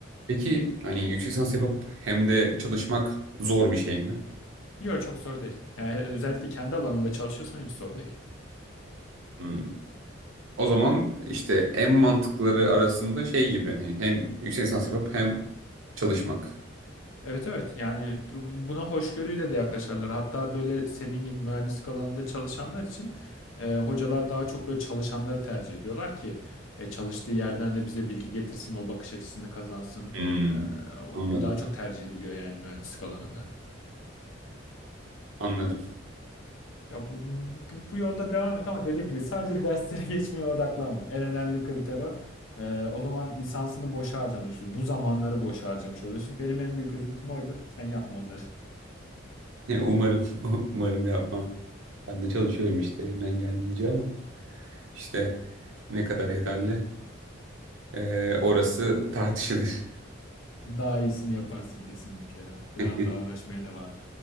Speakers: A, on the right; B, on the left.
A: Peki hani yüksek lisans yapıp hem de çalışmak zor bir şey mi?
B: Yok çok zor değil. Yani e, özellikle kendi alanında çalışıyorsan hiç zor değil.
A: Hmm. O zaman işte en mantıkları arasında şey gibi hani hem yüksek lisans yapıp hem çalışmak.
B: Evet evet yani bu- bu- buna hoşgörüyle de yaklaşarlar. Hatta böyle senin gibi mühendislik alanında çalışanlar için e, hocalar daha çok böyle çalışanları tercih ediyorlar ki e, çalıştığı yerden de bize bilgi getirsin, o bakış açısını kazansın.
A: Hmm.
B: E, o
A: Anladım.
B: daha çok tercih ediliyor yani mühendislik alanında.
A: Anladım.
B: Ya bu, bu, bu- yolda devam et ama dediğim gibi sadece derslere <laughs> geçmeye odaklanma. En önemli kriter o. E, o zaman lisansını boşa harcamış, bu zamanları boşa harcamış oluyorsun. Benim en büyük üzüntüm oydu. Sen yapma onları.
A: <laughs> Umarım <laughs> umarım yapmam. Ben de çalışıyorum işte elimden geldiğince ama işte ne kadar yeterli ee, orası tartışılır.
B: Daha iyisini yaparsın kesinlikle ya. Biraz
A: <laughs>
B: daha uğraşmaya devam et.